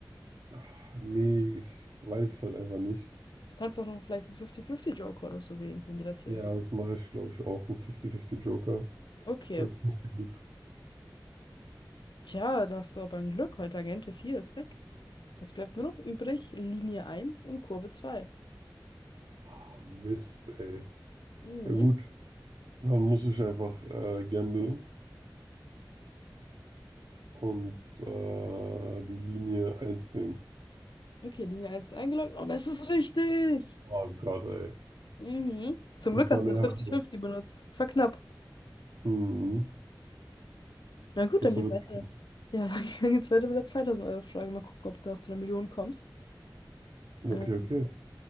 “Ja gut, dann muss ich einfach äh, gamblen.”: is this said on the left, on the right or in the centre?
Right